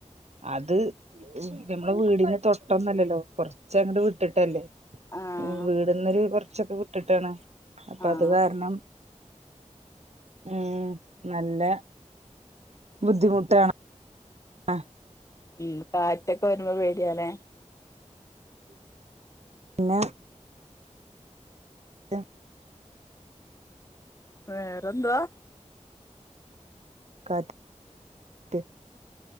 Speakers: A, on the right (about 60°); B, on the left (about 25°).
A: അത് നമ്മടെ വീടിന് തൊട്ടൊന്നല്ലല്ലോ കൊറച്ച അങ്ങട്ട് വിട്ടിട്ടല്ലേ
B: ആഹ്
A: വീടന്നൊരു കൊറച്ചൊക്കെ വിട്ടിട്ടാണ് അപ്പൊ
B: ആഹ്
A: അത് കാരണം ഉം നല്ല ബുദ്ധിമുട്ടാണ് ആഹ്
B: ഉം കാറ്റൊക്കെ വരുമ്പോ പേടിയാലേ
A: അല്ല ആ
B: വേറെന്തുവാ
A: ക ത്തി